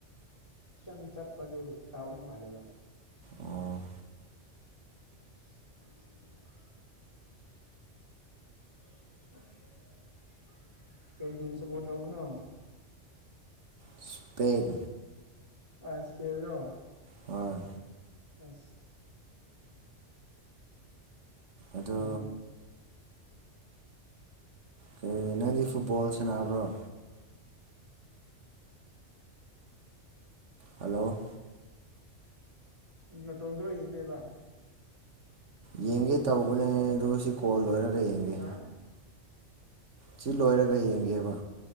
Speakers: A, on the right (about 25°); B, on the right (about 70°).
A: ꯈꯤꯇꯪ ꯆꯠꯄꯗꯨ ꯇꯥꯕ ꯅꯨꯡꯉꯥꯏꯗꯕ
B: ꯑꯣ
A: <unintelligible> <unintelligible> ꯀꯩ ꯇꯤꯝ ꯁꯄꯣꯔꯠ꯭ ꯇꯧꯕꯅꯣ
B: ꯏꯁꯄꯦꯟ
A: ꯑꯁ ꯁꯄꯦꯟꯂꯣ
B: ꯍꯣꯏ
A: ꯑꯁ
B: ꯑꯗꯨ
A: ꯑꯩꯅꯦ
B: ꯀꯩ ꯅꯪꯗꯤ ꯐꯨꯠꯕꯣꯜ ꯁꯥꯟꯅꯕ꯭ꯔꯣ ꯍꯜꯂꯣ
A: ꯅꯇꯣꯟꯝꯗ꯭ꯔꯣ ꯌꯦꯡꯅꯦꯕ
B: ꯌꯦꯡꯒꯦ ꯇꯧꯕꯅꯦ ꯑꯗꯣ ꯁꯤ ꯀꯣꯜ ꯂꯣꯏꯔꯒ ꯌꯦꯡꯒꯦ
A: ꯍꯥ
B: ꯁꯤ ꯂꯣꯏꯔꯒ ꯌꯦꯡꯒꯦꯕ